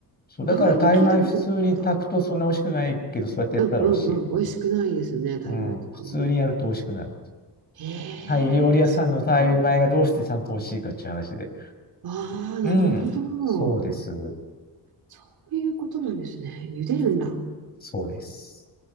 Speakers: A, on the left; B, on the right.
A: そう。だからタイ米普通に炊くとそんな美味しくないけど、
B: 意外と聞いたことなかった。
A: そうやってやったら美味しいとかね。
B: うんうんうん。美味しくないですよね。タイ米とかもあんまり。
A: うん。普通にやると美味しくなる。
B: え
A: タイ料理屋さんのタイ米がどうしてちゃんと美味しいかっていう話で。
B: えそうなんだ。ああ、なるほど。
A: うん。そうです。
B: そういうことなんですね。茹でるんだ。
A: そうです。